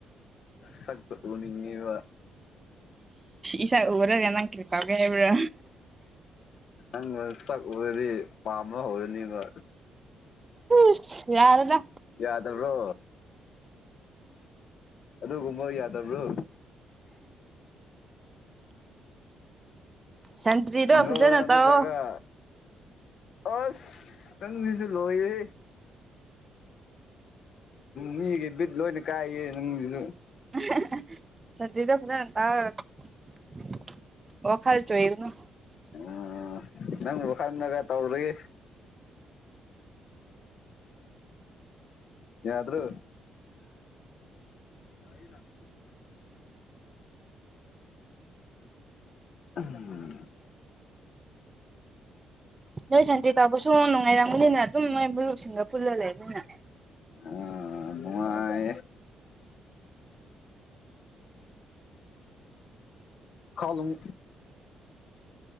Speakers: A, on the left; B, on the right.
A: ꯁꯛꯇꯣ ꯎꯅꯤꯡꯉꯦꯕ
B: ꯏꯁꯥꯛ ꯎꯔꯒ ꯅꯪ ꯀꯔꯤ ꯇꯧꯒꯦꯕ꯭ꯔꯣ
A: ꯅꯪ ꯁꯛꯎꯨꯔꯗꯤ ꯄꯥꯝꯕ ꯍꯧꯔꯅꯤꯕ
B: ꯏꯁ ꯌꯥꯔꯦꯗ
A: ꯌꯥꯗꯕ꯭ꯔꯣ ꯑꯗꯨꯒꯨꯝꯕ ꯌꯥꯗꯕ꯭ꯔꯣ
B: ꯁꯟꯇ꯭ꯔꯤꯗꯣ
A: ꯁꯤꯡꯒꯜꯔ
B: ꯐꯖꯅ ꯇꯧꯑꯣ
A: ꯅꯠꯇ꯭ꯔꯒ ꯑꯁ ꯇꯪꯁꯤꯂꯣꯏ ꯃꯤꯒꯤ ꯕꯤꯠ ꯂꯣꯏꯅ ꯀꯥꯏꯌꯦ ꯅꯪꯁꯤꯁꯨ
B: <inaudible> <unintelligible>
A: ꯎ ꯅꯪ ꯋꯥꯈꯜꯅꯒ ꯇꯧꯔꯤ ꯌꯥꯗ꯭ꯔꯣ ꯌꯥꯏ ꯂꯥꯛ ꯎꯝ
B: ꯅꯣꯏ ꯁꯟꯇꯔꯤ ꯇꯥꯕꯁꯨ ꯅꯨꯡꯉꯥꯏꯔꯝꯒꯅꯤꯅ ꯑꯗꯨꯝ ꯅꯣꯏ ꯃꯔꯨꯞꯁꯤꯡꯒ ꯄꯨꯜꯂꯂꯩ ꯑꯗꯨꯅ
A: ꯑ ꯅꯨꯉꯥꯏ ꯀꯥꯂꯨꯝ